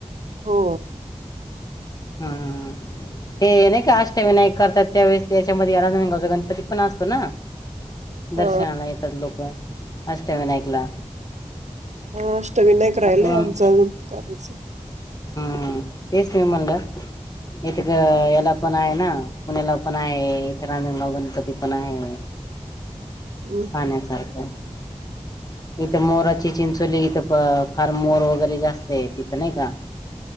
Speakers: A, on the right; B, on the left.
A: हो
B: हम्म हम् ते नाही का अष्टविनायक करतात त्यावेळेस त्याच्यामध्ये राजगावचा गणपती पण असतो ना
A: हा
B: दर्शनाला येतात लोकं अष्टविनायकला
A: अ अष्टविनायक राहिलाय
B: असं मग
A: आमचा अजून करायच
B: ह तेच मी म्हणलं इथे ग याला पण आहे ना पुण्याला पण आहे इथे राजणगाव गणपती पण आहे.
A: हम्म,
B: पाहण्यासारख इथं मोराची चिंचोली इथं फार मोर वगैरे जास्त तिथं नाही का?